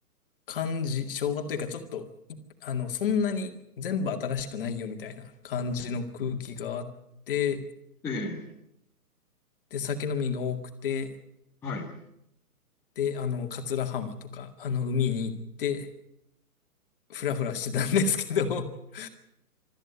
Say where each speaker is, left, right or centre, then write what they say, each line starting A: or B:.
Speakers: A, on the left (about 35°); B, in the centre.
A: 感じ、昭和というか、ちょっと、いあの、そんなに全部新しくないよみたいな感じの空気があって、
B: ええ、
A: で、酒飲みが多くて、
B: はい。
A: で、あの、桂浜とか、あの、海に行って、ふらふらしてたんですけど <laughs>